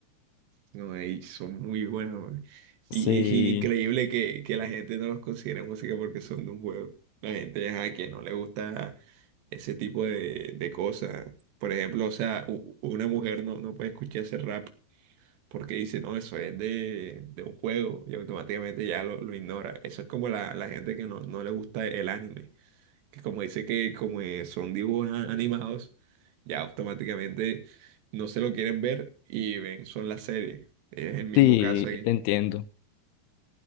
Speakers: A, on the right; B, on the left.
A: No, ey, son muy buenos, man. Y
B: Sí,
A: es increíble que, que la gente no los considere música porque son de un juego. La gente ajá, que no le gusta ese tipo de, de cosas. Por ejemplo, o sea, u- una mujer no, no puede escuchar ese rap porque dice, no, eso es de, de un juego y automáticamente ya lo, lo ignora. Eso es como la, la gente que no, no le gusta el anime que como dice que como eh, son dibujos a- animados, ya automáticamente no se lo quieren ver y ven, son las series. Es el mismo
B: sí,
A: caso aquí.
B: te entiendo.